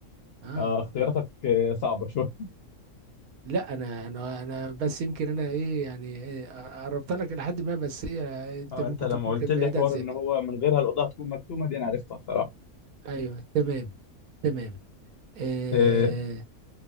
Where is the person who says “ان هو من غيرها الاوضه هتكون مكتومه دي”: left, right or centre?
Left